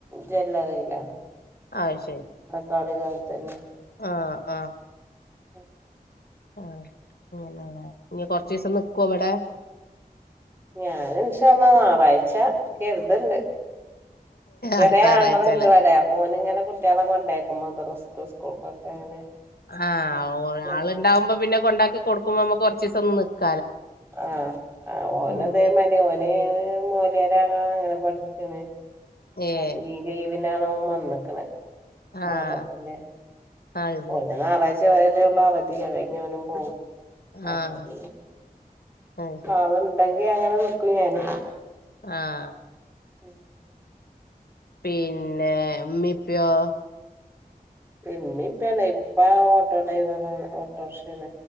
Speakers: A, on the right (about 15°); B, on the left (about 85°).
A: ജ്വല്ലറിയിലാണ്
B: ആശരി
A: കാളികാവ് തന്നെയെ
B: ആ ആ
A: ഉം
B: ആഅങ്ങനെ ഇഞ്ഞി കൊറചിസം നിക്കു ഇവിടെ
A: ഞാന ഇന്ശാ അല്ലാഹ് ഞറാഴ്ച കരുതണ്ട് ചെറിയ
B: അടുത്ത ഞായറാഴ്ചല്ലേ
A: ആങ്ങള ഉണ്ട് ഇവിടെ അപോന് ഇങ്ങനെ കുട്ടികളൊ കൊണ്ടാകും മദ്രസ്ക് സ്കൂൾക്കൊക്കെ അങ്ങനെ
B: ആ
A: ചേർക്കണം
B: ആൾണ്ടാവുമ്പോ പിന്നെ കൊണ്ടാക്കി കൊടുക്കുമ്പോ നമ്മുക്ക് കുറച്ച് ദിവസം ഒന്ന് നി
A: ആ ഒന്നതീമാരി
B: ഉം
A: ഓന് മോലിയാർ ആവാൻ പഠിക്കാന്
B: ഏഹ്
A: അപ്പൊ ലീവ് ന്നാണ് ഓം വന്നക്നേ
B: ആഹ്
A: മുഹർറത്തിൻ്റെ
B: അത് ശരി
A: ഒന് ഞാറയ്ച് വരെ ഉള്ളൂ അവധി അത് കഴഞ്ഞ ഓനും പോകും
B: ആഹ്
A: അപ്പൊ പിന്നെ
B: അത് ശരി
A: ആള്ണ്ടെങ്കി അങ്ങനെ നിക്കൂ ഞാന്
B: ആഹ്
A: ഉം
B: പിന്നെ ഇമ്മീം ഇപ്പീയോ
A: ഇമ്മീം ഇപ്പീം ഇപ്പ ഓട്ടോ ഡ്രൈവറാണ് ഓട്ടോ റിക്ഷന